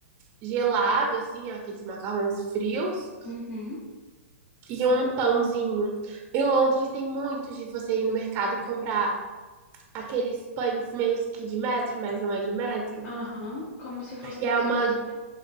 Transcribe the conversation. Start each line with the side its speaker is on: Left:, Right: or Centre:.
Right: gelado, assim, aqueles macarrões frios,
Left: Uhum,
Right: e um pãozinho. Em Londres tem muito de você ir no mercado e comprar aqueles pães meio que de metro, mas não é de metro.
Left: aham. Como se fosse
Right: E
Left: baguete,
Right: é uma.
Left: né?